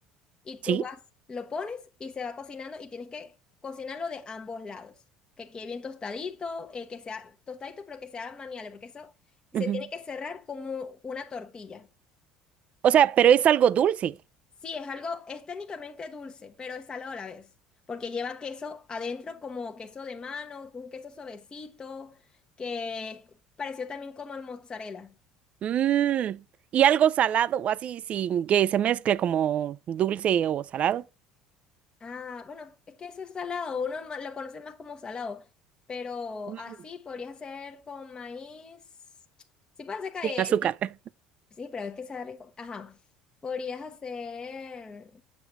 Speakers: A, on the left; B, on the right.
A: y tú
B: sí.
A: vas, lo pones y se va cocinando y tienes que cocinarlo de ambos lados. Que quede bien tostadito, eh, que sea tostadito, pero que sea maniable, porque eso se
B: ujú.
A: tiene que cerrar como una tortilla.
B: O sea, pero es algo dulce.
A: Sí, es algo, es técnicamente dulce, pero es salado a la vez, porque lleva queso adentro como queso de mano, un queso suavecito, que pareció también como el mozzarella.
B: Mm, y algo salado o así, sin que se mezcle como dulce o salado.
A: Ah, bueno, es que eso es salado, uno ma- lo conoce más como salado, pero
B: Mm,
A: así podría hacer con maíz. Sí, puede hacer que,
B: Sin azúcar.
A: sí, sí, pero es que sea rico. Ajá, podrías hacer